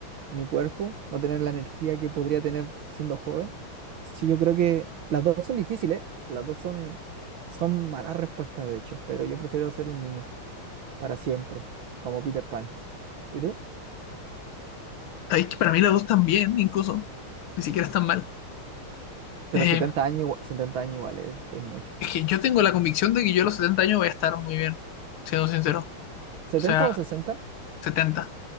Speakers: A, on the right (about 70°); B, on the left (about 75°).
A: mi cuerpo, no tener la energía que podría tener siendo joven. Sí, yo creo que las dos son difíciles, ¿eh? las dos son, son malas respuestas, de hecho, pero yo prefiero ser un niño para siempre, como Peter Pan. ¿Y tú?
B: Sabéis que para mí las dos también, incluso. Ni siquiera están mal.
A: Pero
B: Eh,
A: 70 años, igua- 70 años igual es, es mucho.
B: es que yo tengo la convicción de que yo a los 70 años voy a estar muy bien, siendo sincero.
A: ¿70
B: O sea,
A: o 60?
B: setenta